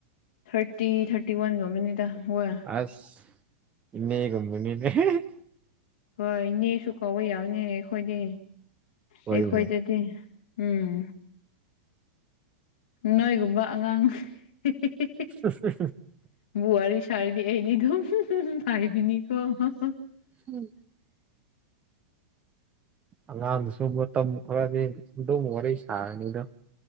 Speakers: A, on the left; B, on the right.
A: ꯊꯥꯔ ꯇꯤ ꯊꯥꯔꯇꯤ ꯋꯥꯟꯒꯕꯅꯤꯗ ꯋꯥ
B: ꯑꯁ ꯏꯃꯦꯒꯨꯝꯕꯅꯤꯅꯦ <unintelligible>
A: ꯍꯣꯏ ꯏꯅꯦꯁꯨ ꯀꯥꯎꯕ ꯌꯥꯕꯅꯦ ꯑꯩꯈꯣꯏꯗꯤ
B: ꯍꯣꯏꯅꯦ
A: ꯑꯩꯈꯣꯏꯗꯗꯤ ꯎꯝ ꯅꯣꯏꯒꯨꯝꯕ ꯑꯉꯥꯡ <unintelligible>
B: <unintelligible>
A: ꯋꯥꯔꯤ ꯁꯥꯏꯗꯤ ꯑꯩꯗꯤꯗꯨ <unintelligible> ꯍꯥꯏꯕꯤꯅꯤꯀꯣ <unintelligible>
B: ꯎꯝ ꯑꯉꯥꯡꯗꯨꯁꯨ ꯑꯃꯨꯔꯛ ꯃꯇꯝ ꯈꯔꯗꯤ ꯑꯗꯨꯝ ꯋꯥꯔꯤ ꯁꯥꯔꯅꯤꯗꯣ